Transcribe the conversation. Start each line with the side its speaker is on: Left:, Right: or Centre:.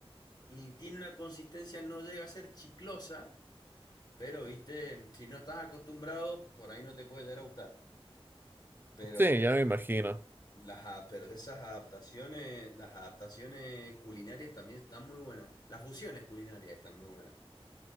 Left: y tiene una consistencia, no llega a ser chiclosa, pero viste, si no estás acostumbrado, por ahí no te puede llegar a gustar. Pero
Right: Sí, ya me imagino.
Left: las a- pero esas adaptaciones, las adaptaciones culinarias también están muy buenas. Las fusiones culinarias están muy buenas.